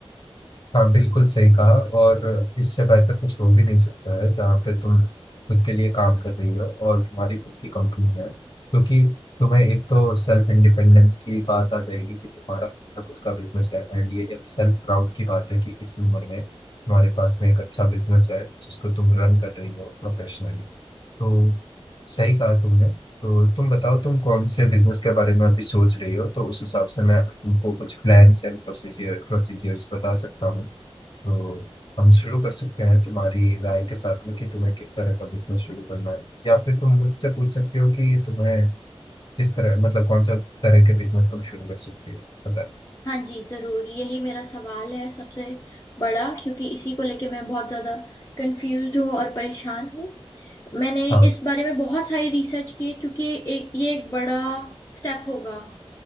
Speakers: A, on the left; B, on the left.
A: हाँ बिल्कुल सही कहा और इससे बेहतर कुछ हो भी नहीं सकता है जहाँ पे तुम खुद के लिए काम कर रही हो और तुम्हारी खुद की कंपनी है क्योंकि तुम्हें एक तो सेल्फ इंडिपेंडेंस की बात आ जाएगी कि तुम्हारा खुद का बिजनेस है एंड ये एक सेल्फ प्राउड की बात है कि इस उम्र में तुम्हारे पास में एक अच्छा बिजनेस है जिसको तुम रन कर रही हो प्रोफेशनली तो सही कहा तुमने तो तुम बताओ तुम कौन से बिजनेस के बारे में अभी सोच रही हो तो उस हिसाब से मैं तुमको कुछ प्लान्स एंड प्रोसीजर प्रोसीजर्स बता सकता हूँ तो हम शुरू कर सकते हैं तुम्हारी राय के साथ में कि तुम्हें किस तरह का बिजनेस शुरू करना है या फिर तुम मुझसे पूछ सकते हो कि तुम्हें किस तरह मतलब कौन सा तरह के बिजनेस तुम शुरू कर सकते हो बताइए
B: हाँ जी जरूर यही मेरा सवाल है सबसे बड़ा क्योंकि इसी को लेके मैं बहुत ज्यादा कंफ्यूज्ड हूँ और परेशान हूँ मैंने
A: हाँ
B: इस बारे में बहुत सारी रिसर्च की है क्योंकि एक ये एक बड़ा स्टेप होगा